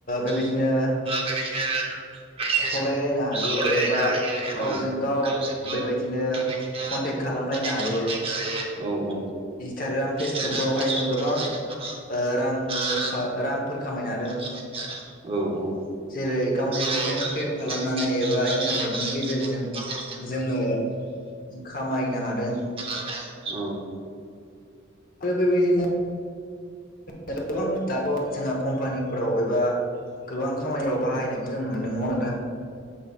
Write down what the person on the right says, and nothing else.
गाव ओ बेबायदिनो मेसेज
हरलायलायनो
हायो एबा
गावजों गाव
बेबायदिनो
कन्टेक्ट
खालामलायनो हायो औ औ
इन्सटाग्राम फेसबुकफ्रावहाय
जों गोबां
ओ रां
खामायनो हादों औ औ
जेरै
गावनि
कन्टेन्ट
क्रियेट खालामनानै
एबा इन्टारनेटनि
गेजेरजों
गोबां सम